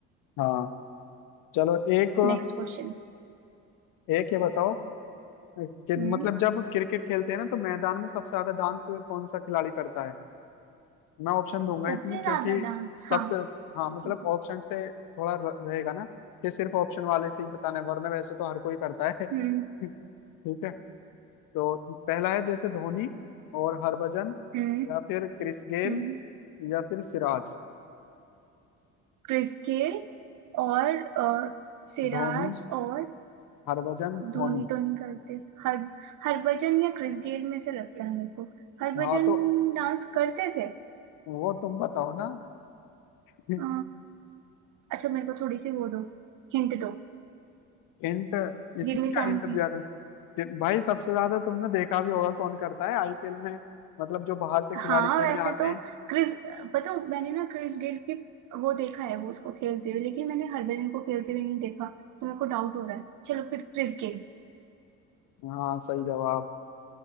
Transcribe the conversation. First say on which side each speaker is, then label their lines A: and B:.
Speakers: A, on the left (about 70°); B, on the right (about 60°).
A: हाँ चलो एक
B: Next question
A: एक ये बताओ कि
B: हम्म
A: मतलब जब क्रिकेट खेलते हैं ना तो मैदान में सबसे ज्यादा डांस कौन सा खिलाड़ी करता है मैं ऑप्शन दूंगा
B: सबसे
A: इसमें क्योंकि
B: ज्यादा डांस
A: सबसे
B: हाँ
A: हाँ मतलब
B: ठीक है
A: ऑप्शन से थोड़ा र- रहेगा ना कि सिर्फ ऑप्शन वाले से ही बताना है वरना वैसे तो हर कोई करता है <laughs>
B: हम्म
A: ठीक है तो पहला है जैसे धोनी और हरभजन
B: हम्म
A: या फिर क्रिस गेल
B: हम्म
A: या फिर सिराज
B: क्रिस गेल और अ, सिराज
A: धोनी
B: और
A: हरभजन
B: धोनी
A: धोनी
B: तो नहीं करते हर हरभजन या क्रिस गेल में से लगता है मेरे को हरभजन
A: हाँ तो
B: डांस करते थे
A: वो तुम बताओ ना <laughs>
B: अ, अच्छा मेरे को थोड़ी सी वो दो हिंट दो
A: हिंट इसमें
B: Give me
A: क्या
B: some
A: हिंट दिया था कि भाई सबसे ज्यादा तुमने देखा भी होगा कौन करता है आईपीएल में मतलब जो बाहर से खिलाड़ी
B: हाँ
A: खेलने
B: वैसे
A: आते
B: तो
A: हैं
B: क्रिस पता हूँ, मैंने ना क्रिस गेल की वो देखा है वो उसको खेलते हुए लेकिन मैंने हरभजन को खेलते हुए नहीं देखा तो मेरे को डाउट हो रहा है चलो फिर क्रिस गेल
A: हाँ सही जवाब